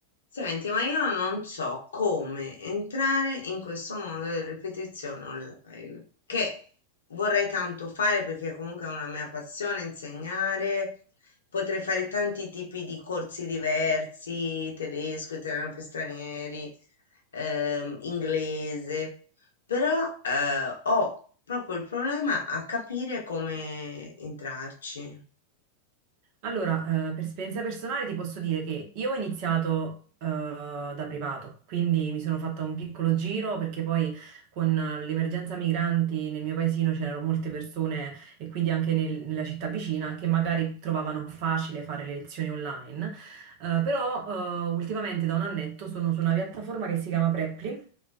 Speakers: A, on the left (about 65°); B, on the right (about 45°).
A: Senti, ma io non so come entrare in questo mondo delle ripetizioni online, che vorrei tanto fare perché comunque è una mia passione insegnare. Potrei fare tanti tipi di corsi diversi, tedesco, italiano per stranieri, ehm, inglese, però eh, ho proprio il problema a capire come entrarci.
B: Allora, eh, per esperienza personale ti posso dire che io ho iniziato eh, da privato, quindi mi sono fatta un piccolo giro perché poi con eh, l'emergenza migranti nel mio paesino c'erano molte persone e quindi anche nel- nella città vicina che magari trovavano facile fare le lezioni online. Eh, però eh, ultimamente da un annetto sono su una piattaforma che si chiama Preply